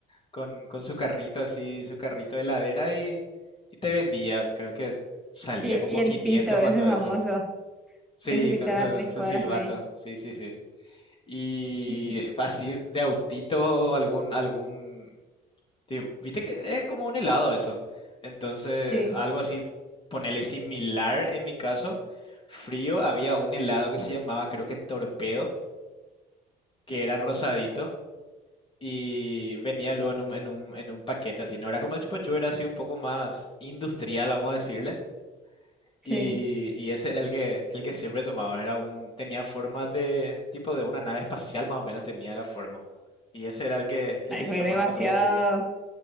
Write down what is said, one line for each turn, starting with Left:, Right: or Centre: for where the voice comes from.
Left: con, con su carrito así, su carrito de heladera y, y te vendía, creo que salía
Centre: Y,
Left: como
Centre: y el
Left: 500
Centre: pito, ese
Left: cuando
Centre: famoso,
Left: eso. Sí,
Centre: que se escuchaba
Left: con su,
Centre: a tres
Left: su
Centre: cuadras
Left: silbato,
Centre: por ahí.
Left: sí, sí, sí. Y
Centre: <laughs>
Left: así de autito o algún, algún, tipo, viste que es como un helado eso. Entonces,
Centre: Sí,
Left: algo así, ponerle similar en mi caso. Frío, había un helado que se llamaba, creo que Torpedo, que era rosadito y venía luego en un, en un, en un paquete así. No era como el chupa chups, era así un poco más industrial, vamos a decirle.
Centre: sí.
Left: Y, y ese era el que, el que siempre tomaba. Era un, tenía forma de, tipo de una nave espacial más o menos tenía la forma. Y ese era el que, el
Centre: Ay,
Left: que yo
Centre: fue
Left: tomaba
Centre: demasiado,
Left: cuando era chico.